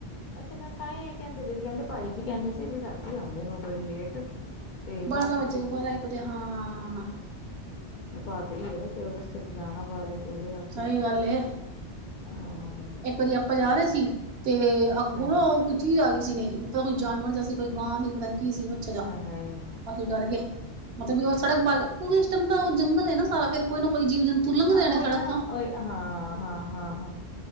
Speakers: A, on the left; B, on the right.
A: ਅੱਛਾ ਮੈਂ ਤਾਂ ਹੀ ਇਹ ਕਹਿੰਦੇ ਪਏ ਸੀ ਕਹਿੰਦੇ ਭਾਈ ਜੀ ਕਹਿੰਦੇ ਸੀ ਵੀ ਰਾਤੀ ਆਂਦੇ ਨੇ ਉਹ ਬੜੀ ਲੇਟ ਤੇ
B: ਬਾਰਾਂ ਵਜੇ ਬਾਰਾਂ ਇੱਕ ਵਜੇ ਹਾਂ
A: ਬਾ ਦਰੀ ਏ ਵੈਸੇ ਫਿਰ ਰਸਤੇ ਚ ਜਾਨਾ ਬਾਰਾਂ ਇੱਕ ਵਜੇ ਰਾਤੀ
B: ਸਹੀ ਗੱਲ ਏ
A: ਹਾਂ,
B: ਇੱਕ ਵਜੇ ਆਪਾਂ ਜਾ ਰਹੇ ਸੀ ਤੇ
A: ਅੱਛਾ
B: ਅੱਗੋਂ ਨਾ ਕੋਈ ਚੀਜ਼ ਆ ਗਈ ਸੀ ਨੇ ਜਿਦਾ ਕੋਈ ਜਾਨਵਰ ਜਾਂ ਸੀ ਕੋਈ ਗਾਂ ਸੀ ਪਤਾ ਨੀ ਕੀ ਸੀ ਬੱਛਾ ਜਿਹਾ
A: ਹਾਏ ਹਾਏ
B: ਅਸੀਂ ਡਰ ਗਏ ਮਤਲਬ ਵੀ ਉਹ ਸੜਕ ਉਸ ਟਾਈਮ ਤਾਂ ਉਹ ਜੰਗਲ ਹੈ ਨਾ ਸਾਰਾ ਫੇਰ ਕੋਈ ਨਾ ਕੋਈ ਜੀਵ ਜੰਤੂ ਲੰਘਦੇ
A: ਹਾਂ
B: ਹੋਣੇ
A: ਉਹੀ
B: ਸੜਕ
A: ਨਾ
B: ਤੋਂ
A: ਓਏ ਹਾਂ ਹਾਂ ਹਾਂ ਹਾਂ